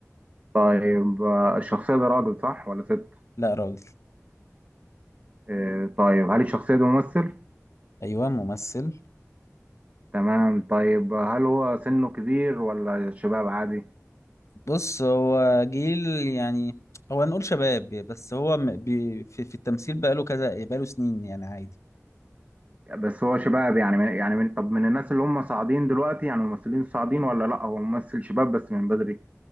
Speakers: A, on the right; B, on the left.
A: طيب آه، الشخصية ده راجل صح ولا ست؟
B: لا راجل
A: آه، طيب هل الشخصية دي ممثل؟
B: ايوه ممثل
A: تمام طيب هل هو سنه كبير ولا شباب عادي؟
B: بص هو جيل يعني هو نقول شباب بس هو م- بي في, في التمثيل بقاله كذا بقاله سنين يعني عادي
A: بس هو شباب يعني من يعني من طب من الناس اللي هم صاعدين دلوقتي يعني الممثلين صاعدين ولا لا هو ممثل شباب بس من بدري